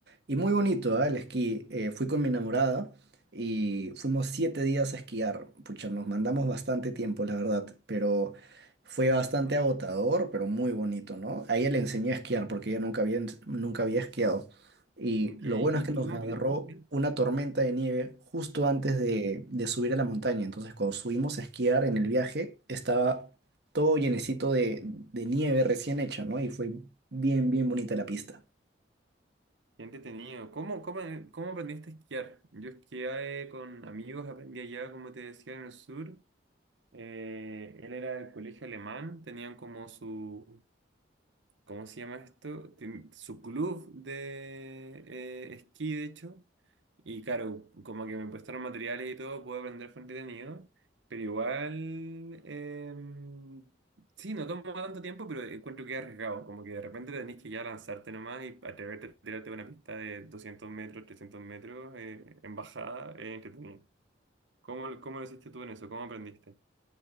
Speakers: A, on the right; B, on the right.
A: Y muy bonito, ¿ah? El esquí. Eh, fui con mi enamorada y fuimos siete días a esquiar. Pucha, nos mandamos bastante tiempo, la verdad, pero fue bastante
B: <laughs>
A: agotador, pero muy bonito, ¿no? A ella le enseñé a esquiar porque ella nunca había, ens- nunca había esquiado. Y
B: Ok,
A: lo bueno
B: ¿Y
A: es que
B: tú
A: nos
B: cómo
A: agarró
B: aprendiste a esquiar?
A: una tormenta de nieve justo antes de, de subir a la montaña. Entonces, cuando subimos a esquiar en el viaje, estaba todo llenecito de, de nieve recién hecha, ¿no? Y fue bien, bien bonita la pista.
B: Qué entretenido. ¿Cómo, cómo, cómo aprendiste a esquiar? Yo esquié eh, con amigos, aprendí allá, como te decía, en el sur. Eh, él era del colegio alemán, tenían como su, ¿cómo se llama esto? Tien- Su club de eh, esquí, de hecho. Y claro, como que me prestaron materiales y todo, pude aprender fue entretenido. Pero igual, em, sí, no toma tanto tiempo, pero encuentro que es arriesgado. Como que de repente tenés que ya lanzarte nomás y atreverte a tirarte una pista de 200 metros, 300 metros, eh, en bajada, es entretenido. ¿Cómo, cómo lo hiciste tú en eso? ¿Cómo aprendiste?